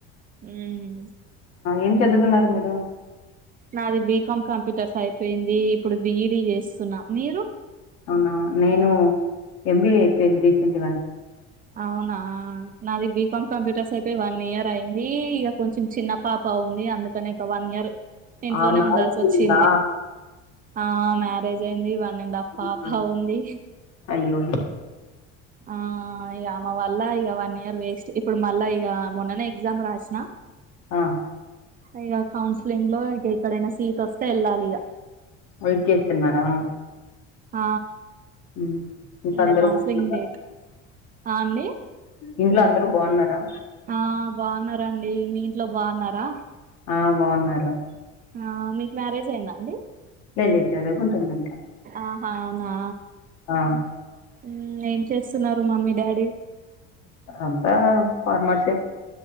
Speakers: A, on the right (about 30°); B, on the left (about 60°).
A: ఉమ్
B: ఏం చదువుకున్నారు మీరు
A: నాది బీకాం కంప్యూటర్స్ అయిపోయింది ఇప్పుడు బిఈడి చేస్తున్నా మీరు
B: అవునా నేను ఎంబిఏ అయిపోయింది రీసెంట్గానే
A: అవునా నాది బీకాం కంప్యూటర్స్ అయి తే వన్ ఇయర్ అయింది ఇక కొంచెం చిన్న పాప ఉంది అందుకనే ఇక వన్ ఇయర్ ఇంట్లోనే
B: ఆ మ్యారేజ్
A: ఉండాల్సి వచ్చింది
B: అయిందా
A: ఆ మ్యారేజ్ అయింది వన్ అండ్ హఫ్
B: అవునా.
A: పాప ఉంది
B: అయ్యో
A: ఆ ఇక అమె వల్ళ ఇక వన్ ఇయర్ వేస్ట్ ఇప్పుడు మళ్ళా ఇక మొన్ననే ఎగ్జామ్ రాసిన
B: ఆ
A: ఇక కౌన్సిలింగ్ లో ఇక ఇక్కడైనా సీట్ వస్తే వెళ్ళాలి ఇక
B: వెయిట్ చేస్తున్నారా
A: ఆ
B: ఉంఇంట్లో
A: ఇక
B: అందరుబాగున్నరా
A: కౌన్సిలింగ్ డేట్ ఆ అండి
B: ఇంట్లో అందరు బాగున్నరా
A: ఆ బాగున్నారండి మీ ఇంట్లో బాగున్నారా
B: ఆ బాగున్నరు
A: ఆ మీకు మ్యారేజ్ అయిందా అండి
B: లే లేదు చదువు కుంటున్న ఇంకా
A: ఆహా అవునా
B: ఆ
A: మ్మ్ ఏం చేస్తున్నరు మమ్మీ డాడీ
B: అంతా ఫార్మసీ